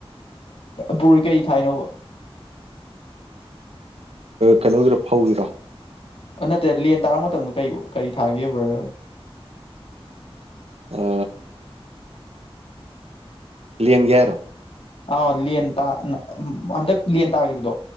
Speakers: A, on the left; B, on the right.
A: ꯄꯨꯔ ꯀꯩ ꯊꯥꯏꯅꯣꯕ
B: ꯀꯩꯅꯣꯗꯨꯔ‌ꯣ ꯐꯧꯒꯤꯔꯣ
A: ꯑ ꯅꯠꯇꯦ ꯂꯦꯟ ꯇꯥꯔ ꯃꯇꯝꯗ ꯀ ꯀꯔꯤ ꯊꯥꯒꯦ ꯕ꯭ꯔꯗ ꯍꯣꯏ
B: ꯑ ꯂꯟꯒꯤ ꯍꯥꯏꯔ‌ꯣ
A: ꯑ ꯂ‌ꯦꯟ ꯍꯟꯗꯛ ꯂꯦꯟ ꯇꯥꯈꯤꯕꯗꯣ